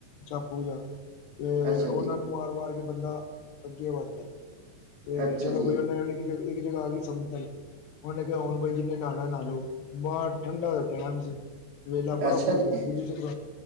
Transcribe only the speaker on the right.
ਹਾਂਜੀ ਅੱਛਾ
ਜੀ
ਅੱਛਾ
ਜੀ
ਅੱਛਾ
ਜੀ